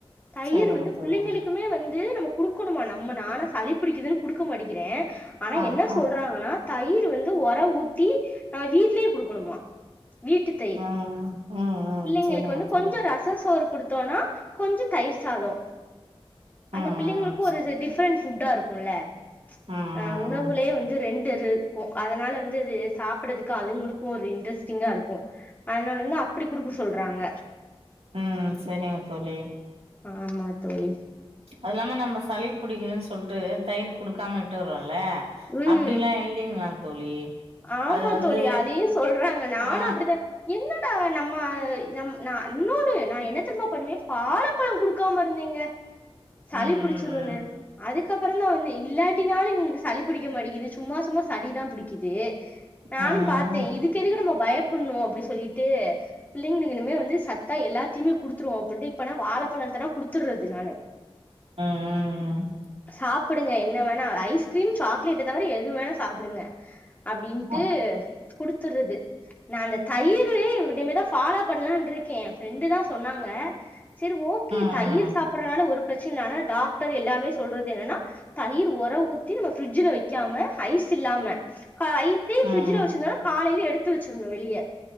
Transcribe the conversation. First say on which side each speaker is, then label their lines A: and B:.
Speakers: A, on the left; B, on the right.
A: தயிர்
B: சரிங்க
A: வந்து
B: தோழி
A: பிள்ளைங்களுக்கு க்குமே வந்து நம்ம குடுக்கணுமா நம்ம நான சளி பிடிக்குதுன்னு குடுக்க மாட்டிகிறேன் ஆனா
B: ஆ
A: என்ன சொல்றாங்கன்னா
B: ஆ
A: தயிரு வந்து ஒர ஊத்தி அ வீட்லியே குடுக்குனுமா வீட்டு தயிர்
B: ம் ம் ம்
A: பிள்ளைங்களுக்கு
B: செரிங்க
A: வந்து
B: செரிங்க
A: கொஞ்ச ரஸ் ரச சோறு குடுத்தோன்னா கொஞ்ச தயிர் சாதோ அந்த
B: ம்
A: பிள்ளைங்களுக்கு ஒரு டிஃப்ரென்ஸ் ஃபுட்டா இருக்குல்ல
B: ம் ம் ம்
A: ஆ உணவுலயே வந்து ரெண் டு இருக்கு அதனால வந்து அது சாப்படதுக்கு அதுங்களுக்கு ஓர் இன்ட்ரெஸ்டிங்கா இருக்கு அதனால இருந்து அப்படி குடுக்க சொல்றாங்க
B: ம் ம் செரிங்க தோழி
A: ஆம்மா தோழி
B: அது இல்லாம நம்ப சளி புடிக்குதுன் சொல்ட்டு தயிர் குடுக்காம விட்டுறோல்ல
A: ம்
B: அப்டில்லா இல்லிங்ளா தோழி
A: ஆமா
B: அது வந்து
A: தோழி அதையு சொல்றாங்க நானு
B: ஆ
A: அப்படித்தா என்னடா நம்ம நம் நா இன்னோன்னு நா என்ன தெர்ம்மா பண்ணுவே பாழப்பழ குடுக்காம இருந்தேங்க சளி
B: ம் ம்
A: புடிச்சிருன்னு அதுக் கப்புறந்தான் வந்து இல்லாட்டினாலு இவங்களுக்கு சளி புடிக்க மாட்டிகுது சும்மா சும்மா சளிதா புடிக்குது நானும்
B: ம்
A: பாத்தே இதுக்கு எதுக்கு நம்ம பயப்பண்ணு அப்டி சொல்லிட்டு பிள்ளைங்களுக்கு இனமே வந்து சத்தா எல்லாத்தையுமே குடுத்துருவோ அப்படின்ட்டு இப்பனா வாழ பழதனா குடுத்துற்றது நானு
B: ம்
A: சாப்புடுங்க என்ன வேணா ஐஸ்கிரீம் சாக்லேட்டு தவர எது வேணா சாப்டுங்க அப்படின்ட்டு
B: ம்
A: குடுத்துறது நா அந்த தயிரு இப்படுமேதா ஃபாலோ பண்லான்ருக்கே எ ஃப்ரெண்டு தா சொன்னாங்க செர் ஓகே
B: ம்
A: தயிரு சாப்பற்றனால ஒரு பிரச்சன ஆனா டாக்டர் எல்லாமே சொல்றது என்னன்னா தயிர் ஒர ஊத்தி நம்ம பிஃரிட்ஜ்ல வெக்காம ஐஸ் இல்லாம ஆ இப்படியு
B: ம்
A: பிரிட்ஜ்ல வச்சிருந்தனா காலையில எடுத்து வச்சிர்ன்னு வெளியே